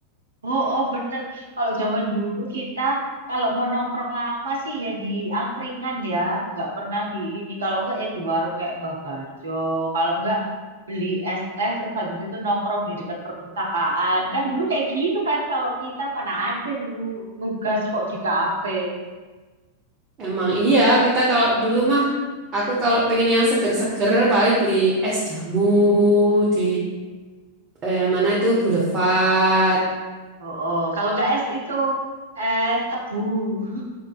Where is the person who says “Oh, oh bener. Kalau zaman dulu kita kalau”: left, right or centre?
Right